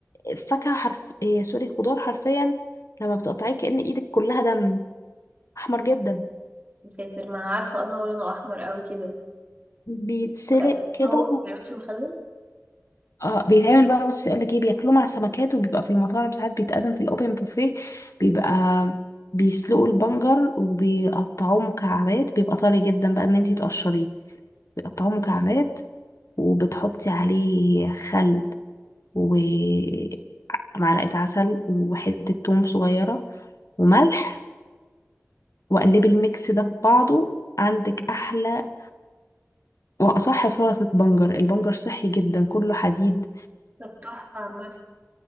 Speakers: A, on the left; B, on the right.
A: فاكهة حرف إيه سوري خضار حرفيا لما بتقطعيه كأن إيدك كلها دم أحمر جدا
B: يا ساتر ما انا عارفة ان هو لونه احمر قوي كده
A: بيتسلق
B: متأكدة
A: كده
B: ان هو ما بيعملش مخلل
A: اه بيتعمل بقى بص يقول لك ايه بياكلوه مع سمكات وبيبقى في المطاعم ساعات بيتقدم في الاوبن بوفيه بيبقى بيسلقوا البنجر وبيقطعوه مكعبات بيبقى طري جدا بقى ان انتي تقشريه بيقطعوه مكعبات وبتحطي عليه خل ومعلقة عسل وحتة توم صغيرة وملح وقلبي الميكس ده في بعضه عندك احلى واصح سلطة بنجر البنجر صحي جدا كله حديد
B: طب تحفة عامة